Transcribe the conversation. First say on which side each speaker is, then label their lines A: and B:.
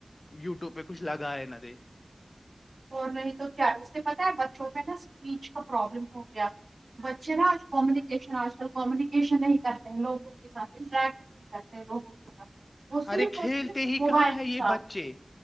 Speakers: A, on the left; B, on the right.
A: یوٹیوب پہ کچھ لگاائے نہ دے
B: اور نہیں تو کیا اس سے پتاہ ہے بچوں پہ نا اسپیچ کا پروابلم ہو گیا بچے نا آج کومیونیکیشن آج کل کومیونکیشن نہیں کرتے ہیں لوگوں کے ساتھ انٹریکٹ نہیں کرتے ہیں لوگوں کے ساتھ وہ صرف
A: ارے کھیلتے
B: اور صرف
A: ہی
B: موبائل
A: کہاں ہے
B: کے
A: یہ
B: ساتھ
A: بچے